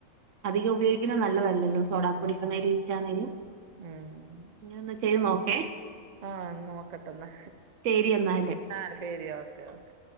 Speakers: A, on the right; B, on the right.
A: അധികം ഉപയോഗിക്കനത് നല്ലത് അല്ലല്ലോ. സോഡ
B: ഉം
A: പോഡിയാണേലും
B: ഉം
A: ഈസ്റ്റാണേലും
B: ഉം
A: ഇങ്ങനെ ഒന്ന് ചെയ്ത് നോക്കെ.
B: ആഹ് നോക്കാട്ട എന്നാ
A: ശരി എന്നാല്
B: ആഹ് ശരി ഓക്കെ
A: ആ
B: ഓക്കെ.